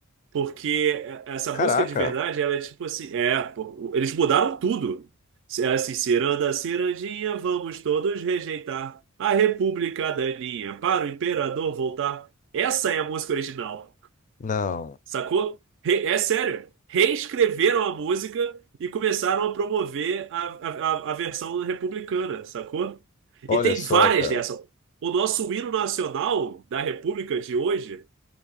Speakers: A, on the right; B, on the left.
A: Porque essa
B: Caraca.
A: música de verdade, ela é tipo assim, é, pô, eles mudaram tudo. É assim, ciranda, cirandinha, vamos todos rejeitar a República daninha para o imperador voltar. Essa é a música original.
B: Não.
A: Sacou? Re- É sério. Reescreveram a música e começaram a promover a, a, a- a versão republicana, sacou? E
B: Olha
A: tem
B: só,
A: várias
B: cara.
A: dessas. O nosso hino nacional da República de hoje,